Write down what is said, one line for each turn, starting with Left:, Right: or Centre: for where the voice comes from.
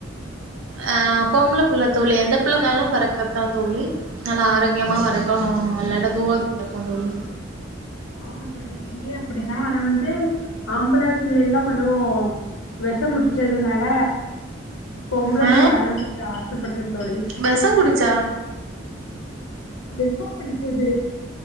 Right: அஹ் பொம்ள புள்ள தோழி எந்த புள்ளனாலு பொறக்கத்தா தோழி நல்லா ஆரோக்கியமா வரட்டனு அல்லாட தூவா ப்போ தோழி
Left: ஆமா தோழி இங்கயே அப்டிதா ஆனா வந்து ஆம்பள இல்ல எல்லா கொஞ்சோ வெச புடிச்சதுனால பொம்பளப்புள்ள
Right: ஆ
Left: வேணனு கொஞ்ச ஆசப்படுற தோழி
Right: வெஷம் குடிச்சா
Left: வெஷ புடிச்சது